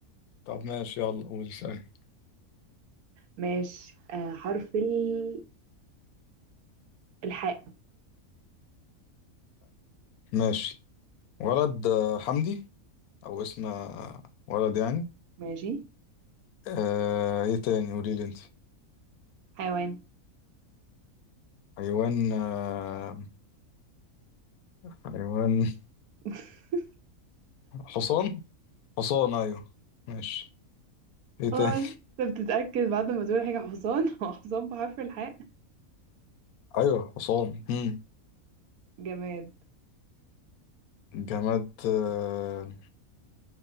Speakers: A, on the left; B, on the right.
A: طب ماشي يلا قول سألني
B: ماشي آه حرف ال... الحاء
A: ماشي ولد آه، حمدي او اسم آه، ولد يعني
B: ماشي
A: آه ايه تاني قولي لي انت
B: حيوان
A: حيوان آه حيوان
B: <laughs>
A: حصان حصان ايوه ماشي ايه تاني
B: اه انت بتتأكد بعد ما تقول حاجة حصان <laughs> هو حصان بحرف الحاء
A: ايوه حصان مم.
B: جماد
A: جماد آه